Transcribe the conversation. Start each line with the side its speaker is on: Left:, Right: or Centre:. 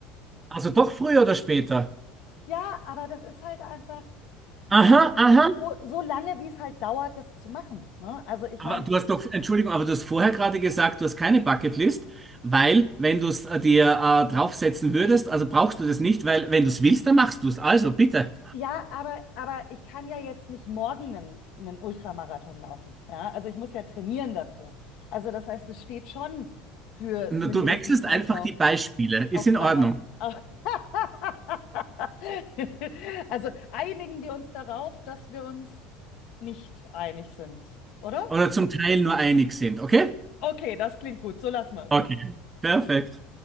Right: Also doch früher oder später.
Left: Ja, aber das ist halt einfach,
Right: Aha,
Left: also so,
Right: aha.
Left: so so lange, wie es halt dauert, das zu machen. Ne? Also ich
Right: Aber
Left: meine,
Right: du hast noch, Entschuldigung, aber du hast vorher gerade gesagt, du hast keine Bucketlist, weil wenn du es dir äh, draufsetzen würdest, also brauchst du das nicht, weil wenn du es willst, dann machst du es. Also bitte.
Left: Ja, aber, aber ich kann ja jetzt nicht morgen einen, einen Ultramarathon laufen. Ja? Also ich muss ja trainieren dafür. Also das heißt, es steht schon für
Right: Na,
Left: einen
Right: Du
Left: gewissen
Right: wechselst
Left: Zeitraum
Right: einfach die Beispiele. Ist
Left: auf
Right: in
Left: meiner...
Right: Ordnung.
Left: Auf <laughs> Also einigen wir uns darauf, dass wir uns nicht einig sind, oder?
Right: Oder zum Teil nur einig sind, okay?
Left: Okay, das klingt gut. So lassen wir es.
Right: Okay, perfekt.